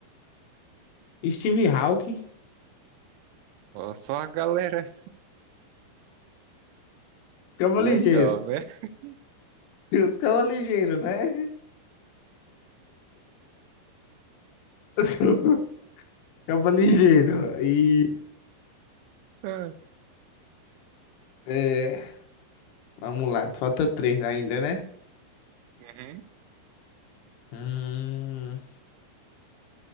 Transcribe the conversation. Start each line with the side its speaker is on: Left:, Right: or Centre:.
Left: Steve Hawking.
Right: Ó, só a galera
Left: Cama
Right: legal,
Left: ligeiro.
Right: né? <laughs>
Left: E Os cama ligeiro, né? <laughs> Os cama ligeiro. E.
Right: Ah,
Left: É, vamos lá, falta três ainda, né?
Right: Uhum.
Left: Hum,